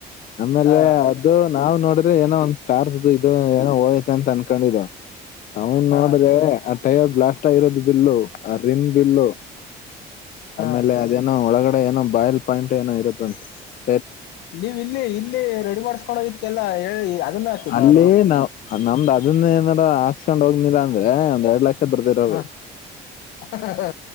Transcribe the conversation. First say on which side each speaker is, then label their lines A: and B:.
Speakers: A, on the left; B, on the left.
A: ಆಮೇಲೆ
B: ಹಾ
A: ಅದು ನಾವ್ ನೋಡಿರೆ ಏನೋ ಒಂದ್ ಕಾರ್ ಇದು ಏನೋ ಹೊಯ್ ಅಂತ ಅನ್ಕೊಂಡಿದ.. <inaudible> ಅವನ್
B: ಹಾ
A: ನೋಡ್ದ ಅ.. <inaudible> ಶೇರ್ ರ್ ಬ್ಲಾಟ್.. <unintelligible> ಇರೋದು ಬಿಲ್ಲು ಆ ರಿನ್್ ಬಿಲ್ಲು.. <inaudible>
B: ಹಾ
A: ಆಮೇಲೆ ಅದೇನ ಒಳಗಡೆ ಏನೋ ಬಾಯಲ್ ಪಾಯಿಂಟ್ ಏನೋ ಇರುತ್ತ ಅಂತೆ.. <inaudible>
B: ನೀವ್ ಇಲ್ಲಿ ಇಲ್ಲಿ ರೆಡಿ ಮಾಡ್ಸ್ಕೊಂಡ್ ಹೋಗಿದ್ ಎಲ್ಲಾ ಹೇಳಿ ಅದನ್ನ ಹಾಕಿದ್
A: ಅಲ್ಲಿ
B: ನಾನು
A: ನಾವ್ ನಮ್ದು ಅದನ್ನ ಏನ.. <inaudible> ಪ ಹಾಸ್ಕೊಂಡ್ ಹೋಗಲಿಲ್ಲ ಅಂದ್ರೆ ಒಂದ ಎರಡ್ ಲಕ್ಷ್ ಬರ್ದೇರೋರು
B: ಹಾ ಹಾ